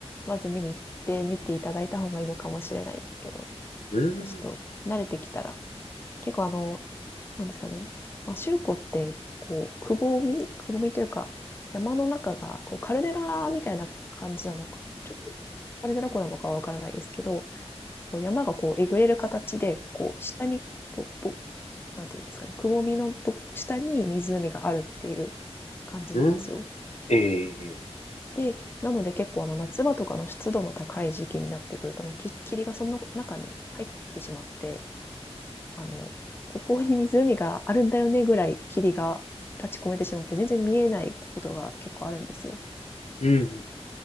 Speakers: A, on the left; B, on the left.
A: まず見に行って見ていただいた方がいいのかもしれないですけど、
B: うん。
A: ちょっと慣れてきたら、結構あの、なんですかね。まあ、周湖って、こう、くぼみくぼみというか、山の中が、こう、カルデラみたいな感じなのか、ちょっと、カルデラ湖なのかはわからないですけど、こう山がこうえぐれる形で、こう下に、ぼ、ぼ、なんていうんですかね、くぼみのと下に湖があるっていう感じなんですよ。
B: うん。ええ
A: で、なので結構あの夏場とかの湿度の高い時期になってくると、もうき霧がその中に入ってしまって、あの、ここに湖があるんだよねぐらい霧が立ち込めてしまって全然見えないことが結構あるんですよ。
B: うん。